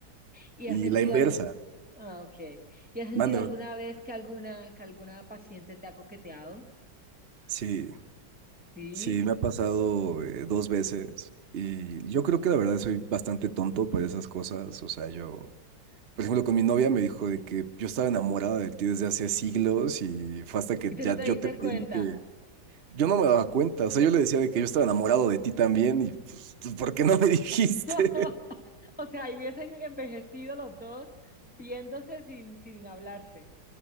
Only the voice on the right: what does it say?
Y
la inversa,
manda.
Sí,
sí, me ha pasado eh, dos veces y yo creo que la verdad soy bastante tonto por esas cosas, o sea, yo... Por ejemplo, con mi novia me dijo de que yo estaba enamorada de ti desde hace siglos y fue hasta que
ya
yo
te pedí
que... Yo no me daba cuenta, o sea, yo le decía de que yo estaba enamorado de ti también y pues, ¿tú ¿por qué no me <laughs> dijiste?